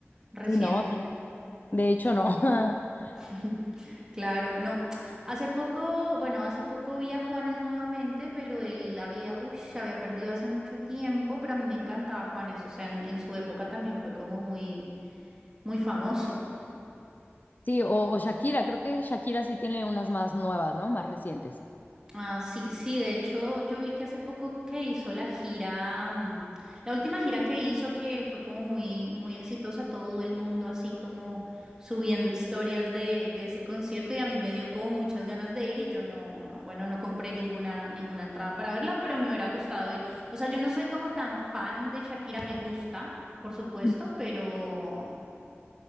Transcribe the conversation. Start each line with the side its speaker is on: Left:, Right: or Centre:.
Right: reciente.
Left: Sí, no, de hecho no. <laughs>
Right: <laughs> Claro, no. Hace poco, bueno, hace poco vi a Juanes nuevamente, pero él había, uff, se había perdido hace mucho tiempo, pero a mí me encantaba Juanes, o sea, en, en su época también fue como muy, muy famoso.
Left: Sí, o, o Shakira, creo que Shakira sí tiene unas más nuevas, ¿no? Más recientes.
Right: Ah, sí, sí, de hecho yo vi que hace poco que hizo la gira, mm, la última gira que hizo que fue como muy, muy exitosa, todo el mundo así como subiendo historias de, de ese concierto y a mí me dio como muchas ganas de ir y yo no, no, bueno, no compré ninguna, ninguna entrada para verla, pero me hubiera gustado ir. O sea, yo no soy como tan fan de Shakira, me gusta, por supuesto,
Left: <laughs>
Right: pero...